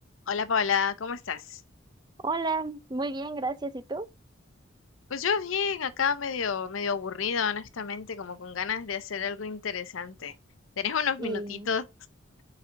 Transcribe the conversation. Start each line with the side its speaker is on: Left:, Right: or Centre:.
Left: Hola Paula, ¿cómo estás?
Right: Hola, muy bien, gracias. ¿Y tú?
Left: Pues yo bien, acá medio, medio aburrida, honestamente, como con ganas de hacer algo interesante. ¿Tenés unos
Right: Y
Left: minutitos?